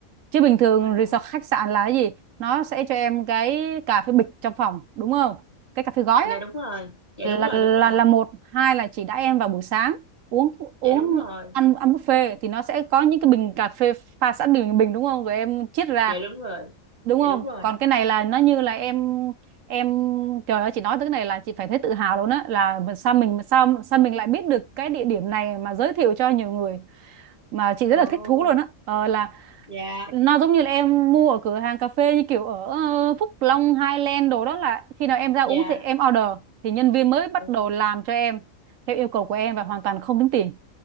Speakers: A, on the right; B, on the right.
A: Chứ bình thường
B: Wow.
A: resort khách sạn là cái gì? Nó sẽ cho em cái cà phê bịch trong phòng đúng không? Cái cà phê gói
B: Dạ
A: á
B: đúng rồi. Dạ
A: là
B: đúng rồi,
A: là
B: đúng rồi.
A: là một hai là chỉ đãi em vào buổi sáng uống uống
B: Dạ đúng rồi.
A: ăn ăn buffet thì nó sẽ có những cái bình cà phê pha sẵn bình bình đúng không rồi em chiết ra
B: Dạ đúng rồi.
A: đúng không
B: Dạ đúng rồi.
A: còn cái này là nó như là em em trời ơi chị nói tới cái này là chị phải thấy tự hào luôn á là mà sao mình sao sao mình lại biết được cái địa điểm này mà giới thiệu cho nhiều người mà chị
B: Trời
A: rất là
B: ơi.
A: thích thú luôn á ờ, là
B: Dạ,
A: nó giống như là em mua ở cửa hàng cà phê như kiểu ở ờ, Phúc Long Highland đồ đó là khi nào em ra uống
B: dạ.
A: thì em order thì nhân viên mới bắt
B: Ồ,
A: đầu làm cho em theo yêu cầu của em và
B: trời,
A: hoàn toàn không tính tiền